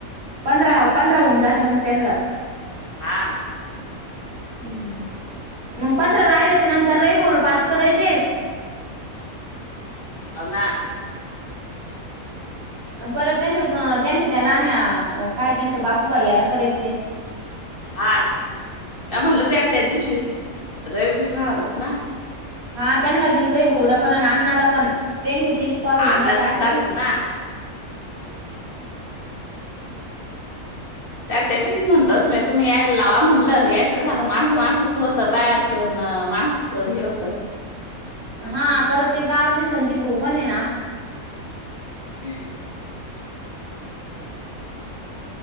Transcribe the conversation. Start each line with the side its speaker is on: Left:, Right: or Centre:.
Right: पंधरा पंधरा होऊन जाते मगं त्यांनां
Left: हां
Right: हम्मं मगं पंधरा राहिल्यांचे नंतर रवीभाऊले पांच करायचे
Left: ह ना <unintelligible>
Right: परतं त्यांच्यां त्यांच्यां त्यां लाहाण्यां कायं त्यांचं बापूभयांले करायचे
Left: हा रहा म म्हणल तरं त्यां दिवशीच रविभुज व्हावालांच नां
Right: हा त्यांना बिंण रविभाऊला पणं अण्नांला पणं त्यांचे तीस कॉल होऊन
Left: अन्नाचं
Right: जाते आत्या
Left: चालतं
Right: तसें
Left: ना तर त्यां दिवशी म्हणंल तुम्ही यायला लावा म्हणलं यायचं कसं माणसं माणसांच होतं बायाचं तणं माणसांच हे होतं
Right: हां परतं ते गावांतले संदीप भाऊ पणं आहे नां
Left: ह <unintelligible> बर <unintelligible>